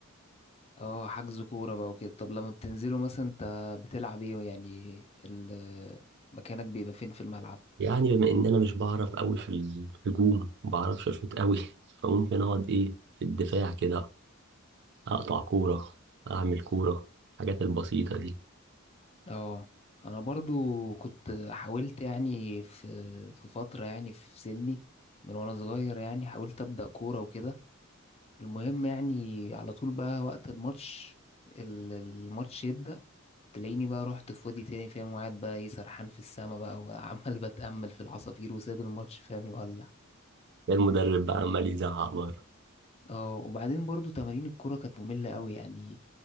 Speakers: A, on the left (about 30°); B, on the right (about 55°).
A: اه حجز كورة بقى وكده طب لما بتنزلوا مثلا انت بتلعب ايه يعني ال- مكانك بيبقى فين في الملعب
B: يعني بما ان انا مش بعرف قوي في الهجوم ما بعرفش اشوط قوي فممكن اقعد ايه في الدفاع كده اقطع كوره اعمل كوره الحاجات البسيطه دي
A: اه انا برضو كنت حاولت يعني في في فترة يعني في سني من وانا صغير يعني حاولت ابدأ كورة وكده المهم يعني على طول بقى وقت الماتش ال- الماتش يبدأ تلاقيني بقى رحت في وادي تاني فاهم وقاعد بقى ايه سرحان في السما بقى وعمال <laughs> بتأمل في العصافير وسايب الماتش فاهم يولع
B: المدرب بقى عمال يزعق بره
A: اه وبعدين برضو تمارين الكرة كانت مملة قوي يعني